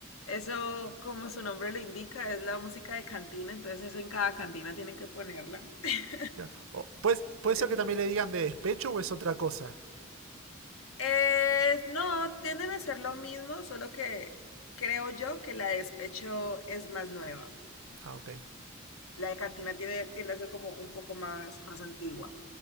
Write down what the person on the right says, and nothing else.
Claro. O- ¿Puede, puede
ser que también
le digan de despecho o es otra cosa?
Ah, ok.